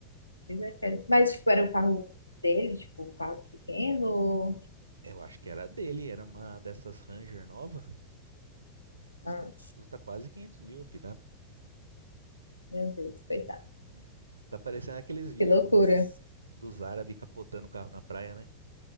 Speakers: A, on the left; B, on the right.
A: Desespero. Mas, tipo, era o carro dele, tipo, o carro pequeno.
B: Eu acho que era dele, era uma dessas Ranger nova. Custa,
A: Ah,
B: custa quase 500 mil a picape.
A: meu Deus, coitado.
B: Tá parecendo aqueles vídeos
A: Que loucura.
B: dos, dos árabes capotando o carro na praia, né?